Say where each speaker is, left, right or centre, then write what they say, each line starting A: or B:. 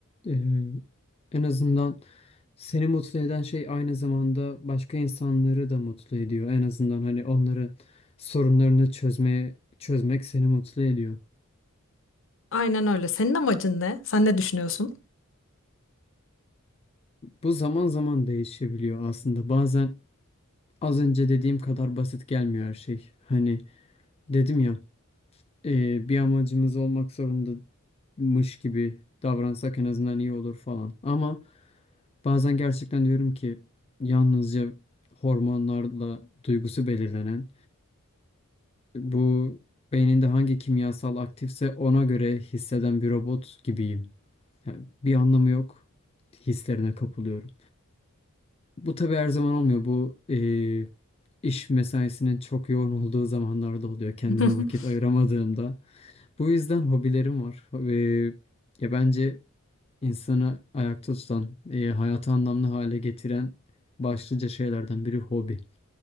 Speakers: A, on the left; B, on the left.
A: E, en azından seni mutlu eden şey aynı zamanda başka insanları da mutlu ediyor. En azından hani onların sorunlarını çözmeye çözmek seni mutlu ediyor.
B: Aynen öyle. Senin amacın ne? Sen ne düşünüyorsun?
A: Bu zaman zaman değişebiliyor aslında. Bazen az önce dediğim kadar basit gelmiyor her şey. Hani dedim ya e, bir amacımız olmak zorundamış gibi davransak en azından iyi olur falan. Ama bazen gerçekten diyorum ki yalnızca hormonlarla duygusu belirlenen bu beyninde hangi kimyasal aktifse ona göre hisseden bir robot gibiyim. Yani bir anlamı yok. Hislerine kapılıyorum. Bu tabii her zaman olmuyor. Bu eee, iş mesaisinin çok yoğun olduğu zamanlarda oluyor. Kendime
B: <laughs>
A: vakit ayıramadığımda. Bu yüzden hobilerim var. Ho- ya bence insanı ayakta tutan, eee, hayatı anlamlı hale getiren başlıca şeylerden biri hobi.